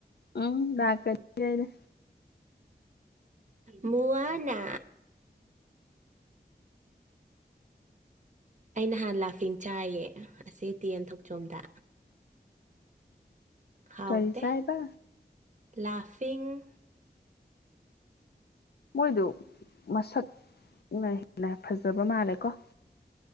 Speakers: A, on the left; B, on the right.
A: ꯎꯝ ꯂꯥꯛꯀ ꯅꯤ ꯑꯩꯅ
B: ꯃꯨꯋꯥꯅ ꯑꯩ ꯅꯍꯥꯟ ꯂꯥꯐꯤꯡ ꯆꯥꯏꯌꯦ ꯑꯁꯤ ꯇꯤꯑꯦꯟ ꯊꯣꯛꯆꯣꯝꯗ ꯍꯥꯎꯇꯦ
A: ꯀꯔꯤ ꯆꯥꯏꯕ
B: ꯂꯥꯐꯤꯡ
A: ꯃꯣꯏꯗꯨ ꯃꯁꯛꯅ ꯍꯦꯟꯅ ꯐꯖꯕ ꯃꯥꯜꯂꯦꯀꯣ